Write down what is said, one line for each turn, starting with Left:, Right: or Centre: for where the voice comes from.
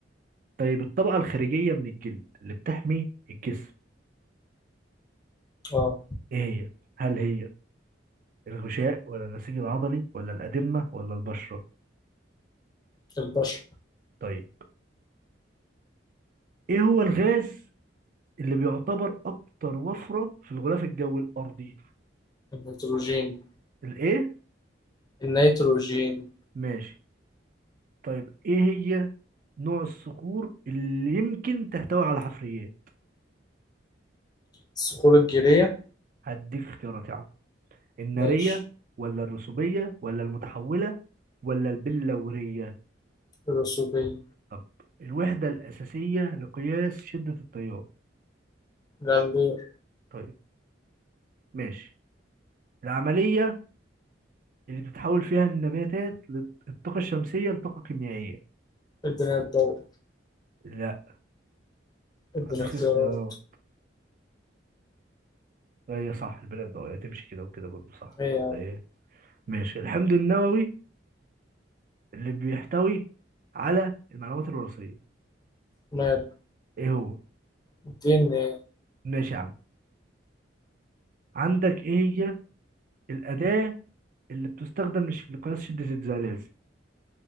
Right: طيب الطبقة الخارجية من الجلد اللي بتحمي الجسم
Left: اه
Right: ايه هي هل هي الغشاء ولا النسيج العضلي ولا الأدمة ولا البشرة
Left: البشر
Right: طيب ايه هو الغاز اللي بيعتبر اكتر وفرة في الغلاف الجوي الأرضي
Left: النيتروجين
Right: الايه
Left: النيتروجين
Right: ماشي طيب ايه هي نوع الصخور اللي يمكن تحتوي على حفريات
Left: الصخور الجيرية
Right: هديك اختيارات يا عم النارية
Left: ماشي
Right: ولا الرسوبية ولا المتحولة ولا البلورية
Left: الرسوبية
Right: طب الوحدة الأساسية لقياس شدة التيار
Left: الأمبير
Right: طيب ماشي العملية اللي بتتحول فيها النباتات للطاقة الشمسية لطاقة كيميائية
Left: ادينا الضوء
Right: لا
Left: ادينا
Right: هديك
Left: اختيارات
Right: اختيارات هي صح البناء الضوئية تمشي كده وكده برضه صح
Left: ايه
Right: صدق
Left: يا عم
Right: ايه ماشي الحمض النووي اللي بيحتوي على المعلومات الوراثية
Left: مال
Right: ايه هو
Left: اديني
Right: ماشي يا عم عندك ايه هي الأداة اللي بتستخدم لش- لقياس شدة الزلازل